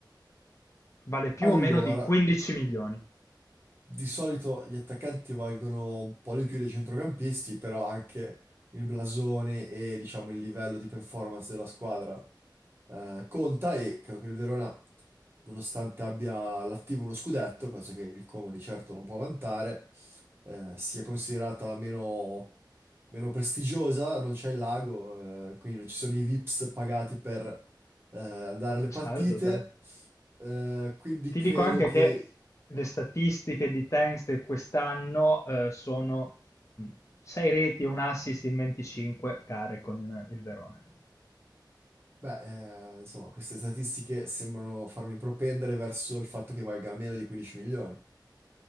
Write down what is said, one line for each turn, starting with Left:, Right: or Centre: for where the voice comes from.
Left: Vale più
Right: Allora,
Left: o meno di 15 milioni.
Right: di solito gli attaccanti valgono un po' di più dei centrocampisti, però anche il blasone e, diciamo, il livello di performance della squadra eh, conta e credo che il Verona, nonostante abbia l'attivo uno scudetto, cosa che il Como di certo non può vantare, eh, sia considerata meno, meno prestigiosa, non c'è il lago, eh, quindi non ci sono i VIPs pagati per eh, andare alle
Left: Certo,
Right: partite,
Left: certo.
Right: eh, quindi
Left: Ti
Right: credo
Left: dico anche
Right: che,
Left: che le statistiche di Tanks di quest'anno eh, sono 6 reti e un assist in 25 gare con il il Verona.
Right: beh, eh, insomma, queste statistiche sembrano farmi propendere verso il fatto che valga meno di 15 milioni.